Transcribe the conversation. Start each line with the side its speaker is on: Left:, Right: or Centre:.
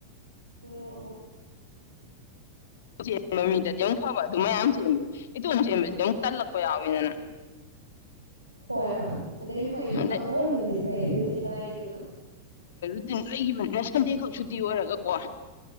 Right: ꯑꯣ ꯑꯣ
Left: ꯆꯦꯟꯕ ꯃꯤꯗꯗꯤ ꯐꯕ ꯑꯗꯨ ꯃꯌꯥꯝ ꯆꯦꯟꯕꯗꯣ ꯏꯇꯣꯝ ꯆꯦꯟꯕꯁꯤꯗ ꯑꯃꯨꯛ ꯇꯜꯂꯛꯄ ꯌꯥꯎꯋꯦꯗꯅ
Right: ꯍꯣꯏ ꯍꯣꯏ ꯑꯗꯩ ꯍꯣꯏ
Left: ꯑꯗꯩ
Right: ꯑꯃꯔꯣꯝꯗꯕꯨꯗꯤ ꯐꯩ ꯔꯨꯇꯤꯟꯅꯥ ꯍꯥꯏꯈꯤꯕꯗꯣ
Left: ꯅꯒꯤ ꯁꯟꯗꯦ ꯈꯛ ꯁꯨꯇꯤ ꯑꯣꯏꯔꯒꯀꯣ